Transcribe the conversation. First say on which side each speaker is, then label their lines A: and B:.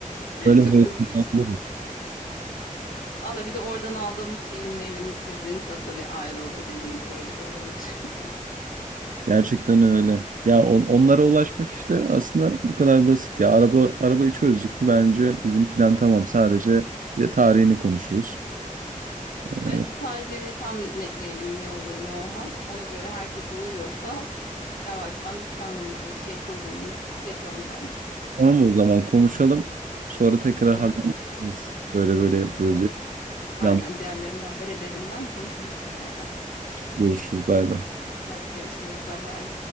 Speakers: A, on the right; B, on the left.
A: Böyle
B: Çok
A: böyle-
B: hızlı bir şekilde. Valla bir de oradan aldığımız şeyin meyvenin sebzenin tadı da bir ayrı oluyor dediğin gibi öyle de olabilir. <laughs>
A: Gerçekten öyle. Ya on- onlara ulaşmak işte aslında bu kadar basit ya. Araba arabayı çözdük mü bence bizim plan tamam. Sadece bir de tarihini konuşuruz. Ee,
B: Evet bir tarihleri tam netleyelim ne olur ne olmaz. Ona göre herkese uyuyorsa yavaştan planımızı şey programımızı yapalım bence.
A: tamam o zaman konuşalım. Sonra tekrar
B: Tamam
A: haberleşiriz. Böyle böyle yapıyoruz
B: olur.
A: diye.
B: Aynen
A: Yanlış
B: diğerlerinden haber ederim ben konuşuruz tekrardan.
A: görüşürüz. Bay bay.
B: Hadi görüşürüz bay bay.